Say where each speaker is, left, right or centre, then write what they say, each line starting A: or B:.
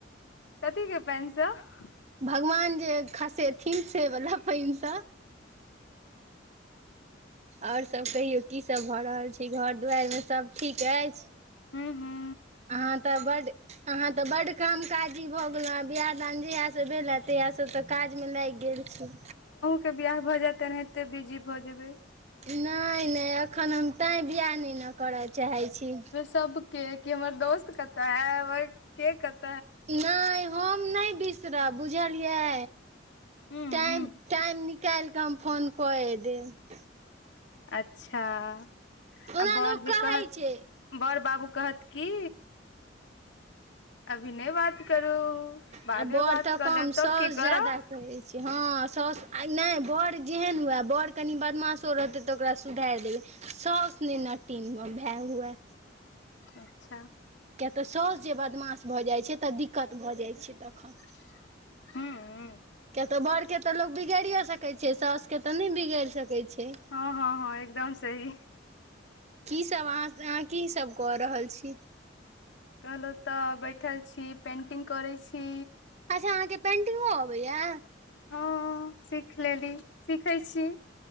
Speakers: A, on the left; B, on the right.
A: कथि केऽ पानि स ‌
B: भगवान जे खसेथिन से बला पानि स
A: ह
B: और सब कहियौ की सब भऽ रहल छै घर दुआर मे सभ ठीक अइछ
A: हूं हूं
B: अहाँ तऽ बड्ड अहाँ तऽ बड्ड काम काजी भऽ गेलहुँ बिआह दान जहिया सँ भेलेथ तहिया सऽ तऽ काजमे लाइग गेल छी
A: फेर बियाह भऽ जेत तऽ एनेहते बिजी भऽ जेबै
B: नहि नहि एखन हम तैं बियाह नहि ने करय चाहै छी
A: सब के कि हमर दोस्त कतऽ हे ऐ के कत
B: नहि हम नहि बिसरब बुझलियै
A: हूँ
B: टाइम- टाइम निकाल कऽ हम फोन कऽये देब
A: अच्छ <inaudible> आ
B: ओना
A: बड़
B: लोक
A: जे
B: कहै
A: कहत
B: छै
A: बड़ बाबू कहत की अभी नै बात करू बादमे
B: आ बड़
A: बात
B: तऽ
A: कऽ
B: कम
A: लेब
B: साउस
A: तब की करब
B: ज्यादा कहै हँ सौस आ नै बड़ जेहन हुए बड़ कनि बदमाशो रहतै तऽ ओकरा तऽ सुधार देबै सौस नै नटीन भय हुएै
A: अच्छ
B: किय तऽ सौस जे बदमाश भऽ जाइत छै तऽ दिक्कत भऽ जाइत छै तखन
A: <inaudible> हू हू
B: किया तऽ बड़ के तऽ लोग बिगाड़ियो सकैत छै सौस के तऽ नहि बिगाड़ सकैत छै
A: हँ हँ हँ एकदम सही
B: की सब अहाँ अहाँ की सब कऽ रहल छी
A: कहलहुँ तऽ बैठल छी पेन्टिंग करै छी
B: अच्छ अहाँ केँ पेंटिंगो अबैया
A: हँ सीख लेली सीखै छी